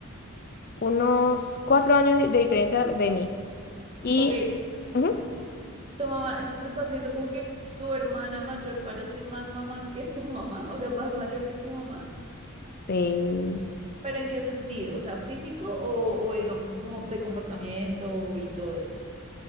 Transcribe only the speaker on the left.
unos cuatro años de de diferencia de mí. Y
ujú,
sí.